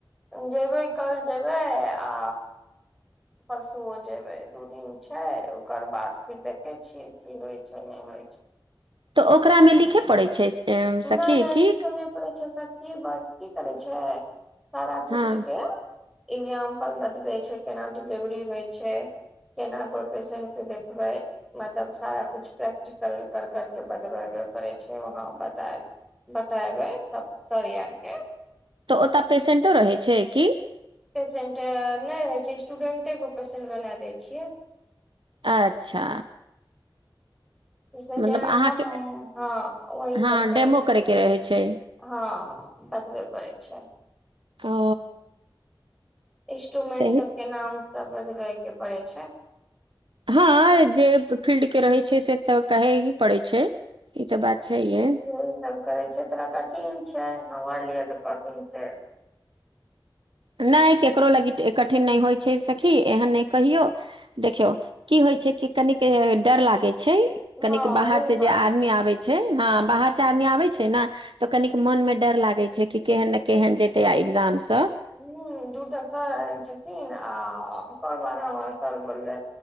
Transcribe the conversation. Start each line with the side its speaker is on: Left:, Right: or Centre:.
Centre: जयबै कल जेयबै आ परसुओ जेबै दू दिन छै ओकर बाद फिर देखैत छियै की होइत छै नहि होइ छै
Right: तऽ ओकरा मे लिखे पड़ै छै एम,
Centre: नहि
Right: सखी
Centre: नहि
Right: की
Centre: लिखेय नहि पड़ै छै सर बस की करै छै सारा किछु
Right: हँ
Centre: के इगजामपल बतबै छै केना डिलेवरी होइ छै केना को पेशेंट के देखबै मतलब सारा कुछ प्रैक्टिकल कर करके बतबे पड़े छै वहा तऽ बतेबै त सर आरके
Right: तऽ ओतऽ पेसेंटो रहै छै कि
Centre: पेसेन्ट नहि रहै छै स्टूडेन्टे के पेसेन्ट बना दै छियै
Right: अच्छा
Centre: ई सब
Right: मतलब
Centre: जहन
Right: अहाँके
Centre: हम हँ ओही
Right: हँ
Centre: सब करै
Right: डेमो
Centre: छियै
Right: करयके रहै छै
Centre: हँ बतबय पड़ै छै
Right: ओ
Centre: इंस्ट्रूमेंट
Right: सही
Centre: सब के नाम सब बतबे के पड़े छै
Right: हँ जे फील्ड के रहे छै से तऽ कहे ही पड़े छै ई तऽ बात छैहे
Centre: यह सब करे छै तोरा कठिन छै हमर लिए तो कठिन छै
Right: नहि ककरो ल कठिन नहि होइ छै सखी एहन नहि कहियौ देखियौ की होइ छै कि कनिक डर लागे छैय कनिक
Centre: हँ
Right: बाहर
Centre: ओहि
Right: से
Centre: बात
Right: जे आदमी आबै छै हँ बाहर से आदमी आबै छै नऽ तऽ कनिक मोनमे डर लागैत छै कि केहन ने केहन जेतै आ एग्जामसभ
Centre: ह दूटा सर आयल छथिन्ह आ सर बाद हमर सर बोललै